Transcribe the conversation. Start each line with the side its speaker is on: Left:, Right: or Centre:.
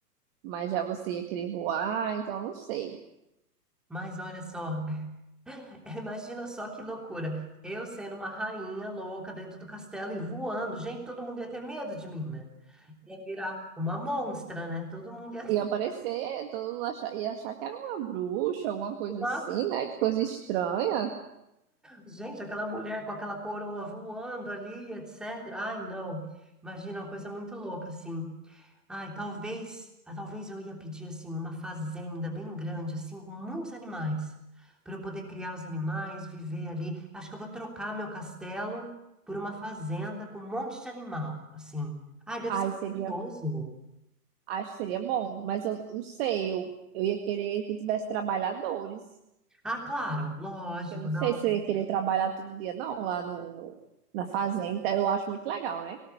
Right: Mas já você ia querer voar, então não sei.
Centre: Mas olha só, <laughs> imagina só que loucura. Eu sendo uma rainha louca dentro do castelo e voando. Gente, todo mundo ia ter medo de mim, né? Ia virar uma monstra, né? Todo mundo ia
Right: Ia
Centre: ter.
Right: aparecer, todo mundo acha- ia achar que era uma bruxa, alguma coisa
Centre: uma
Right: assim, né? Que Coisa estranha.
Centre: Gente, aquela mulher com aquela coroa voando ali, etc. Ai, não. Imagina uma coisa muito louca, assim. Ai, talvez, ah, talvez eu ia pedir, assim, uma fazenda bem grande, assim, com muitos animais, para eu poder criar os animais, viver ali. Acho que eu vou trocar meu castelo por uma fazenda com um monte de animal, assim. Ai, deve
Right: Ai,
Centre: ser
Right: seria,
Centre: gostoso.
Right: acho que seria bom, mas eu não sei, eu, eu ia querer que tivesse trabalhadores.
Centre: Ah, claro, lógico,
Right: Eu não
Centre: não.
Right: sei se eu ia querer trabalhar todo dia, não, lá no, no- na fazenda. Eu acho muito legal, né?